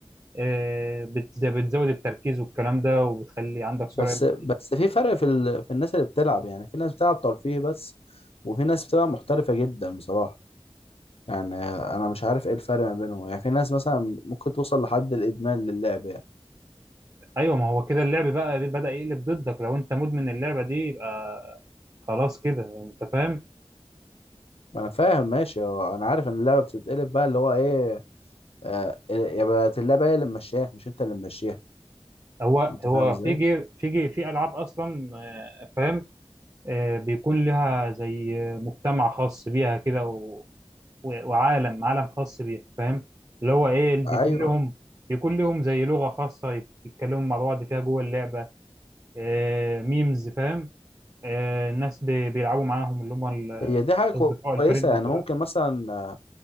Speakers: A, on the right (about 35°); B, on the left (about 70°).
A: آه، بت- بتزود التركيز والكلام ده وبتخلي عندك سرعة
B: بس
A: بديهة
B: بس في فرق في ال... في الناس اللي بتلعب يعني في ناس بتلعب ترفيه بس وفي ناس بتبقى محترفة جدا بصراحة يعني انا مش عارف ايه الفرق ما بينهم يعني في ناس مثلا ممكن توصل لحد الادمان للعب يعني
A: ايوه ما هو كده اللعب بقى بدأ يقلب ضدك لو انت مدمن اللعبة دي يبقى خلاص كده انت فاهم
B: انا فاهم ماشي هو انا عارف ان اللعبه بتتقلب بقى اللي هو ايه آه يا بقت اللعبه هي اللي ممشياك مش انت اللي ممشيها
A: هو
B: انت
A: هو
B: فاهم ازاي
A: في جي في جي في العاب اصلا آه، فاهم آه، بيكون لها زي مجتمع خاص بيها كده و... و- وعالم عالم خاص بيها فاهم اللي هو ايه اللي بيكون
B: ايوه
A: لهم بيكون لهم زي لغة خاصة يتكلموا مع بعض فيها جوه اللعبة آه ميمز فاهم آه الناس بي- بيلعبوا معاهم اللي هم ال-
B: هي دي حاجه
A: الاصدقاء الفريند
B: كويسه
A: وكده
B: يعني ممكن مثلا آه،